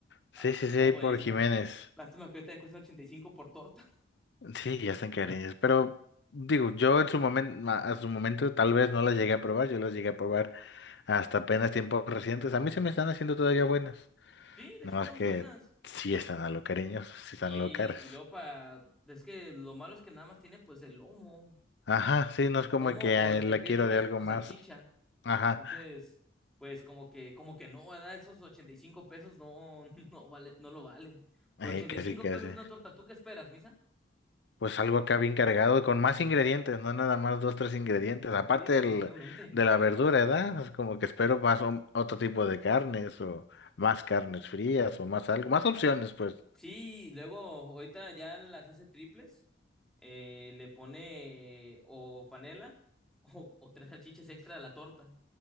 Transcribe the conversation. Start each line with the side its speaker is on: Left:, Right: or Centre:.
Left: Sí,
Centre: Ah,
Left: sí, sí, ahí
Centre: buenísimas.
Left: por Jiménez.
Centre: Lástima que esta cuesta 85 por torta. <laughs>
Left: Sí, ya están cariños. Pero digo, yo en su momento, a a su momento tal vez no las llegué a probar, yo las llegué a probar hasta apenas tiempos recientes. A mí se me están haciendo todavía buenas.
Centre: Sí, de
Left: Nada
Centre: hecho están
Left: más que
Centre: buenas.
Left: sí están a lo cariños, sí
Centre: Sí,
Left: están a lo caras.
Centre: y luego para... Es que lo malo es que nada más tiene pues el lomo.
Left: Ajá, sí, no es como
Centre: Lomo
Left: que ay,
Centre: de
Left: la
Centre: pies
Left: quiero
Centre: doble
Left: de algo
Centre: con
Left: más.
Centre: salchicha.
Left: Ajá,
Centre: Entonces, pues como que, como que no, ¿verdad? Esos 85 pesos no, <laughs> no vale, no lo valen. Por
Left: ahí
Centre: ochenta
Left: casi
Centre: y cinco
Left: casi.
Centre: pesos una torta. ¿Tú qué esperas, Misa?
Left: Pues algo acá bien cargado, con más ingredientes, no nada más dos, tres ingredientes. Aparte
Centre: Sí, definitivamente.
Left: del, de la verdura, ¿verdad? Es como que espero más un- otro tipo de carnes o más carnes frías o más algo, más opciones, pues.
Centre: Sí, luego ahorita ya las hace triples, eh, le pone o panela <laughs> o, o tres salchichas extra a la torta,